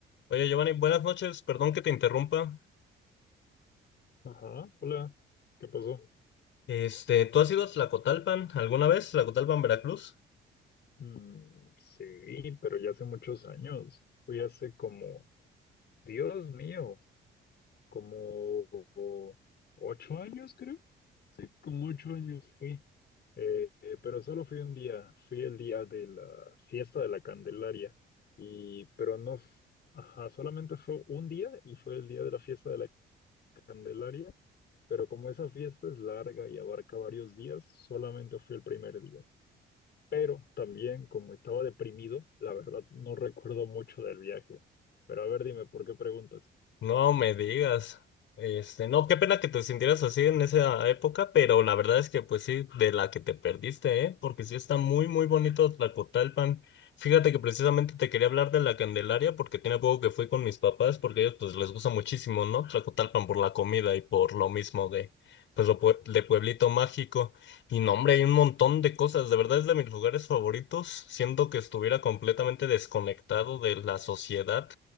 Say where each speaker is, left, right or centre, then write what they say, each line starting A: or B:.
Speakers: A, on the left; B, on the left.
A: Oye, Giovanni, buenas noches. Perdón que te interrumpa.
B: Ajá, hola, ¿qué pasó?
A: Este, ¿tú has ido a Tlacotalpan alguna vez? ¿Tlacotalpan, Veracruz?
B: Mm, sí, pero ya hace muchos años. Fui hace como, Dios mío, como ocho años, creo. Sí, como ocho años fui. Eh, eh, pero solo fui un día, fui el día de la fiesta de la Candelaria. Y, pero no, f- ajá, solamente fue un día y fue el día de la fiesta de la Candelaria. Pero como esa fiesta es larga y abarca varios días, solamente fui el primer día. Pero también, como estaba deprimido, la verdad no recuerdo mucho del viaje. Pero a ver, dime, ¿por qué preguntas?
A: No me digas. Este, no, qué pena que te sintieras así en esa época, pero la verdad es que pues sí, de la que te perdiste, ¿eh? Porque sí está muy, muy bonito Tlacotalpan. Fíjate que precisamente te quería hablar de la Candelaria porque tiene poco que fui con mis papás porque a ellos pues les gusta muchísimo, ¿no? Tlacotalpan por la comida y por lo mismo de, pues lo pue- de Pueblito Mágico. Y no, hombre, hay un montón de cosas. De verdad es de mis lugares favoritos. Siento que estuviera completamente desconectado de la sociedad